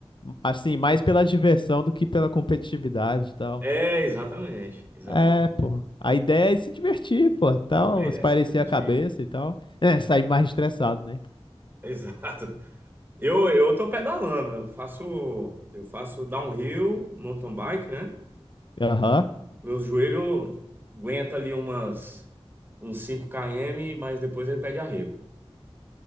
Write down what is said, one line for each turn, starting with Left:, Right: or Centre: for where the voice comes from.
Left: Assim, mais pela diversão do que pela competitividade e tal.
Right: É, exatamente, exatamente.
Left: É, pô. A ideia é se divertir, pô, tal,
Right: A ideia
Left: espairecer
Right: é se divertir.
Left: a cabeça e tal. É, sair mais estressado, né?
Right: <laughs> Exato. Eu, eu tô pedalando, eu faço, eu faço downhill, mountain bike, né?
Left: Aham.
Right: Meu joelho aguenta ali umas, uns cinco km, mas depois ele pede arrego.